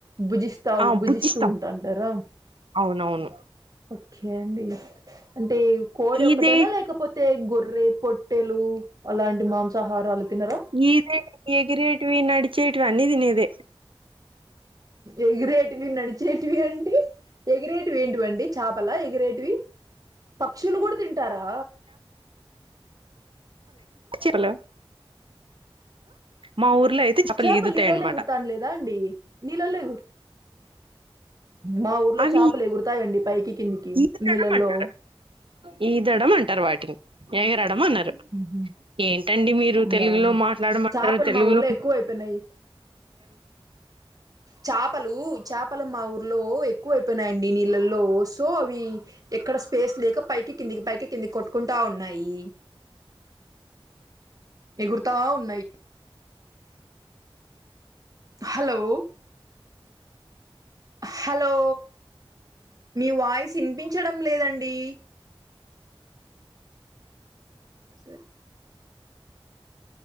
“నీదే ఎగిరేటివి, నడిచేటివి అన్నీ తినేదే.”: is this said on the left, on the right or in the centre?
Right